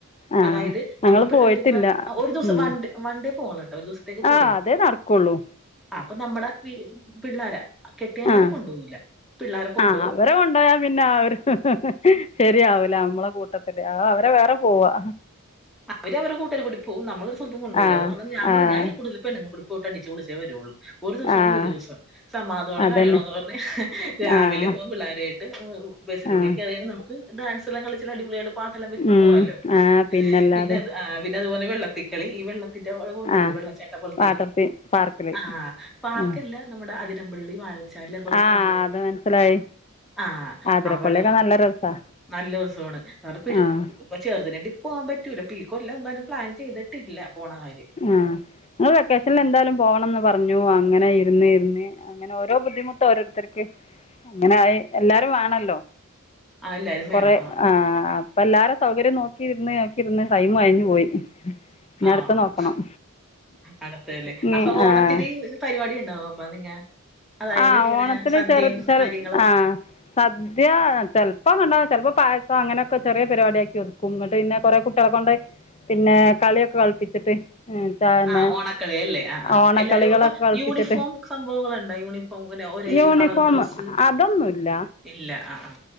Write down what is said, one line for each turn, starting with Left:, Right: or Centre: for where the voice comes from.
Left: ആഹ്
Centre: അതായത്
Left: ഞങ്ങള്
Centre: നമ്മ
Left: പോയിട്ടില്ല
Centre: ഇപ്പ ഒരു ദിവസം
Left: ഉം
Centre: വണ്ടേ വൺണ്ടേ പോണ്ട് ഒരു ദിവസത്തേക്ക് പോവൊള്ളൂ
Left: ആഹ് അതേ നടക്കുള്ളൂ
Centre: അപ്പ നമ്മടെ പിള്ളാരാ കെട്ടിയന്മാരെ
Left: ആഹ്
Centre: കൊണ്ടുപോകൂല പിള്ളാരെ കൊണ്ടോകും
Left: ആഹ് അവരെ കൊണ്ടോയാ പിന്നെ അവര് ശെരിയാവൂല അമ്മളെ കൂട്ടത്തില് അ അവരെ വേറെ പോവാ
Centre: അവര് അവര് കൂട്ടരെ കൂട്ടി പോവും നമ്മളെ ഒരു സ്ഥലത്തും കൊണ്ടോവൂല
Left: ആഹ്
Centre: അത്കാരണം ഞാപറയും
Left: ആഹ്
Centre: ഞാഅയൽകൂട്ടത്തിൽ പെണ്ണുങ്ങളെ കൂടെ പോയിട്ട് അടിച്ച് പൊളിച്ചേ വരൊള്ളൂ ഒരു ദുവസാണെങ്കി
Left: ആഹ്
Centre: ഒരു ദുവസം സമാധാനത്തോടെ
Left: അതന്നെ
Centre: കഴിയണോന്ന് പറഞ്ഞ് രാവിലെ
Left: ആഹ്
Centre: പോകും പിള്ളാരയായിട്ട് ബസ്സിൻ്റെ
Left: ആഹ്
Centre: ഉള്ളീ കയറിയാലും നമുക്ക് ഡാൻസെല്ലാം കളിച്ച് എല്ലാം അടിപൊളിയായിട്ട് പാട്ടെല്ലാം വെ ച്ച്
Left: ഉം
Centre: പോവാല്ലോ?
Left: ആഹ് പിന്നല്ലാതെ
Centre: പിന്നെ പിന്നെ അതുപോലെ വെള്ളത്തിക്കളി ഈ വെള്ള ത്തിന്റെ അവ്ടെ കൊണ്ടുപോവേല
Left: ആഹ്
Centre: വെള്ളച്ചാട്ടം പോൽത്തേല്ലേ
Left: വാട്ടർ തീം പാർക്കില്
Centre: ആഹ് പാർക്കല്ല
Left: ആഹ്
Centre: നമ്മുടെ അതിരംപള്ളി വാഴച്ചാല് അതുപോലോത്ത
Left: ആഹ്
Centre: സ്ഥലങ്ങള്
Left: അത് മനസ്സിലായി
Centre: ആഹ്
Left: ആതിരപ്പള്ളിയൊക്കെ
Centre: അവടെ
Left: നല്ല രസാ
Centre: നല്ലോസാണ് അവിടെ പി
Left: ആഹ്
Centre: ഇപ്പൊ ചെറുതിനേറ്റ് പോകാൻ പറ്റൂല അപ്പൊ ഈ കൊല്ലം എന്തായാലും പ്ലാൻ ചെയ്തിട്ടില്ല പോണ കാര്യം
Left: ആഹ് ഞ്ഞങ്ങള് വെക്കേഷൻല് എന്തായാലും പോകണംന്ന് പറഞ്ഞു അങ്ങനെ ഇരുന്ന് ഇരുന്ന് അങ്ങനെ ഓരോ ബുദ്ധിമുട്ട് ഓരോരുത്തർക്ക് അങ്ങനായി എല്ലാരും വേണല്ലോ?
Centre: ആ എല്ലാരും
Left: കൊറെ
Centre: വേണം. ആ
Left: ആഹ് അപ്പ എല്ലാരും സൗകര്യം നോക്കിയിരുന്ന് നോക്കിയിരുന്ന് ടൈമ് കഴിഞ്ഞ് പോയി ഇനി
Centre: ആഹ്
Left: അടുത്ത നോക്കണം
Centre: അടുത്തേല്
Left: ഇനി
Centre: അപ്പൊ ഓണത്തിന്
Left: ആഹ്
Centre: പരിപാടി ഇണ്ടാവോ അപ്പ നിങ്ങ? അതായത്
Left: ആഹ്
Centre: ഇങ്ങനെ
Left: ഓണത്തിന്
Centre: സദ്യയും
Left: ചെറു ചെറു
Centre: കാര്യങ്ങളും
Left: ആഹ് സദ്യ ചെൽപ്പോം കണ്ടോ ചെൽപ്പോ പായസം അങ്ങനെയൊക്കെ ചെറിയ പരിപാടി ആക്കി വെക്കും ഇങ്ങെട്ട് പിന്നെ കൊറേ കുട്ടിയളെ കൊണ്ട് പിന്നെ കളിയൊക്കെ കളിപ്പിച്ചിട്ട് പിന്നെ
Centre: ആഹ് ഓണക്കളി അല്ലേ? ആഹ് ആഹ്
Left: ഓണക്കളികളൊക്കെ
Centre: എല്ലാരും അപ്പൊ
Left: കളിപ്പിച്ചിട്ട്
Centre: യൂണിഫോം സംഭവങ്ങളുണ്ടോ? യൂണിഫോ മ് ഇങ്ങനെ ഒരേ
Left: യൂണിഫോം
Centre: കളർ ഡ്രസ്സ്
Left: അതൊന്നുല്ല
Centre: ഇല്ല ആഹ് ആഹ്